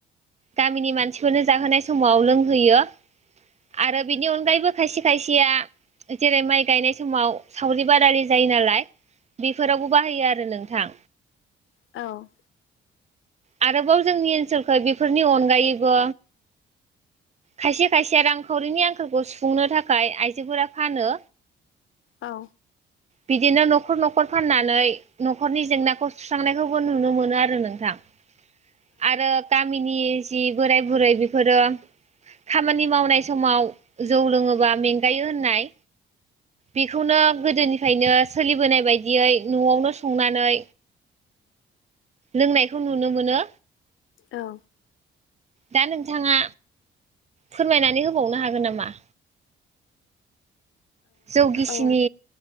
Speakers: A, on the right (about 35°); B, on the left (about 80°).
A: गामिनि मानसिफोरनो जाहोनाय समाव लोंहोयो आरो बिनि अनगायैबो खायसे खायसेया जेरै माइ गायनाय समाव सावरि बादालि जायो नालाय बेफोरावबो बाहायो आरो नोंथां
B: औ
A: आरोबाव जोंनि ओनसोलखै बेफोरनि अनगायैबो खायसे खायसे रांखावरिनि आंखालखौ सुफुंनो थाखाय आइजोफोरा फानो।
B: औ।
A: बिदिनो न'खर- न'खर फाननानै न'खरनि जेंनाखौ सुस्रांनायखौबो नुनो मोनो आरो नोंथां। आरो गामिनि जि बोराय-बुरै बेफोरो खामानि मावनाय समाव जौ लोङोबा मेंगायो होननाय। बेखौनो गोदोनिफ्रायनो सोलिबोनाय बायदियै न'आवनो संनानै लोंनायखौ नुनो मोनो।
B: औ।
A: दा नोंथाङा फोरमायनानै होबावनो हागोन नामा? जौगिसिनि
B: औ